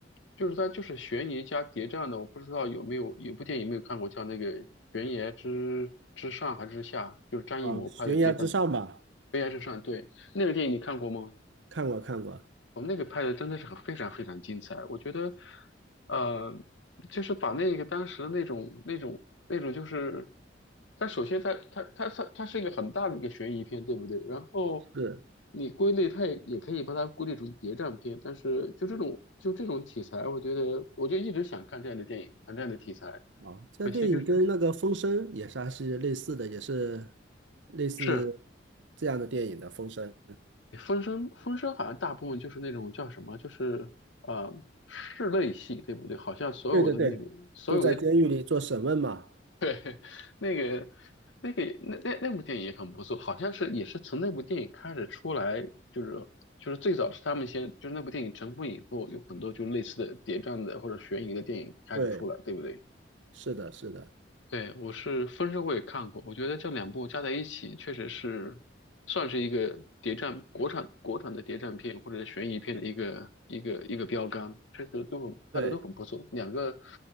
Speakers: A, on the left (about 80°); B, on the right (about 75°).
A: 就是它就是悬疑加谍战的。我不知道有没有有部电影没有看过，叫那个《悬崖之之上还是之下》，就是张艺谋拍的谍战
B: 啊，悬崖之上吧，
A: 《悬崖之上》。对，那个电影你看过吗？
B: 看过看过，
A: 我们那个拍的真的是很非常非常精彩，我觉得，呃，就是把那个当时的那种那种那种就是，它首先它它它它它是一个很大的一个悬疑片，对不对？然后
B: 是。
A: 你归类，它也也可以把它归类成谍战片，但是就这种就这种题材，我觉得我就一直想看这样的电影，看这样的题材，
B: 哦，这电影跟那个《风声》也是还是类似的，
A: 可惜就是
B: 也是类似
A: 是
B: 这样的电影的《风声》。
A: 《风声》《风声》好像大部分就是那种叫什么，就是呃室内戏，对不对？好像所有的那个所有的。
B: 对对对，都在监狱里做审问嘛。
A: 对，<laughs> 那个、那个也、那那那部电影也很不错，好像是也是从那部电影开始出来，就是就是最早是他们先，就是那部电影成功以后，有很多就类似的谍战的或者悬疑的电影开始出来，
B: 对，
A: 对不对？
B: 是的，是的，
A: 对，我是《风声》我也看过，我觉得这两部加在一起，确实是算是一个谍战国产国产的谍战片或者是悬疑片的一个一个一个标杆，确实都很拍的都很不错，
B: 对，
A: 两个